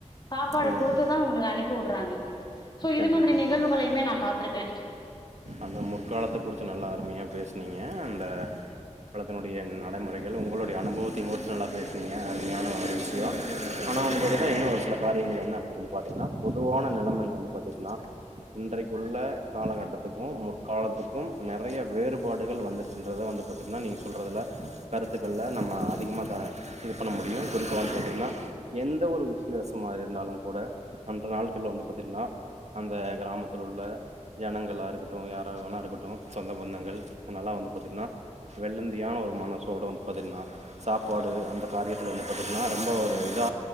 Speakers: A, on the left; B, on the right.
A: சாப்பாடு
B: ம்
A: குடுத்துதா உங்குளுக் அனுப்பி புடுறாங்க சோ இது
B: கண்டிப்பா
A: மாதிரி நிகழ்வுகளையுமே
B: கண்டிப்பா
A: நா பாத் ட்ருக்க
B: அந்த முற்காலத்த குறிச்சு நல்லா அருமையா பேசுனீங்க அந்த காலத்தினுடைய நடமுறைகள் உங்களுடைய அனுபவத்தை குறிச்சு நல்லா பேசுனீங்க அருமையான ஒரு விஷயொ ஆனா வந்து பாத்தீன்னா இன்னும் ஒரு சில காரியங்கள் என்ன அப்படின் சொல்லி பாத்தீங்கன்னா பொதுவான நெலமையில வந்து பாத்தீட்டுன்னா இன்றைக்கு உள்ள காலகட்டத் க்கு முற்காலத்துக்கும் நெறைய வேறுபாடுகள் வந்துருச்சுன்றத வந்துட் பாத்தீங்கன்னா நீங்க சொல்றதுல கருத்துக்கள்ல நம்ம அதிகமாக இது பண்ண முடியு குறிப்பா <inaudible> பாத்தீங்கன்னா எந்த ஒரு விஷ்யாசமா இருந்தாலு கூட அந்த நாள்கள்ல வந்து பாத்தீங்கன்னா அந்த கிராமத்துல உள்ள ஜனங்களாரு ரா வேணா இருக்கட்டு சொந்த பந்தங்கள் வ்ங்களா வந்து பாத்தீங்ன்னா வெள்ளந்தியான ஒரு மனசோட வந்து பாத்தீட்டுன்னா சாப் பாடு அந்த காரியத்துல வந்து பாத்திங்கன்னா ரொம் பொ ஒரு இதா